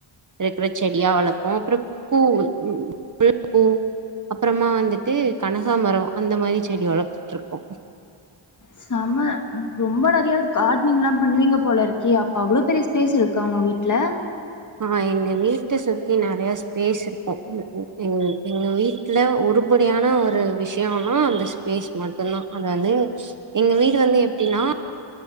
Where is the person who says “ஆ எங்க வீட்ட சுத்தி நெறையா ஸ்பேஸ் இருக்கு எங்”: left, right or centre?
Right